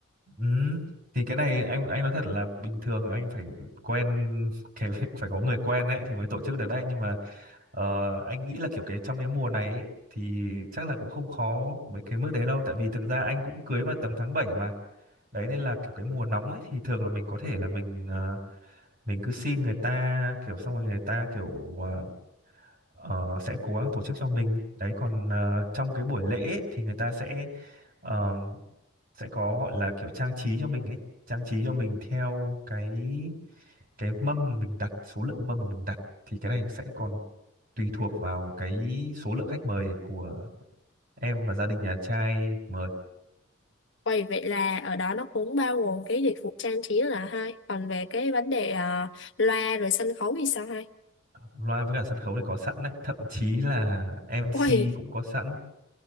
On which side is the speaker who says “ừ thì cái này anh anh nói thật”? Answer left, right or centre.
Right